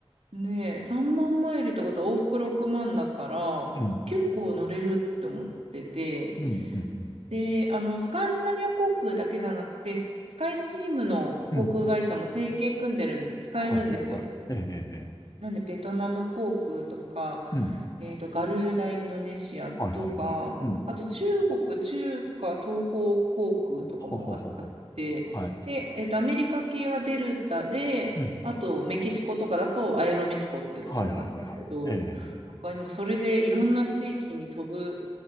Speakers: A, on the right; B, on the left.
A: で、3万マイルってことは往復6万だから、
B: うん。
A: 結構乗れるって思ってて、
B: うん。うん。うん。
A: で、あの、スカンジナビア航空だけじゃなくて、ススカイチームの航空会社も提携組んでるんで使えるんですよ。
B: うんはいはいはい。ええ。ええええ
A: なんで、ベトナム航空とか、
B: うん。
A: えーと、ガルーダインドネシアとか、
B: はいはいはい。うん。
A: あと中国、中華東方航空とかもあ、
B: ほほほほ。
A: あって、
B: はい。
A: で、えーと、アメリカ系はデルタで、
B: うん。
A: あとメキシコとかだとアエロメヒコっていうところなんですけど、
B: はいはいはいはい。ええ。
A: なんか今それでいろんな地域に飛ぶ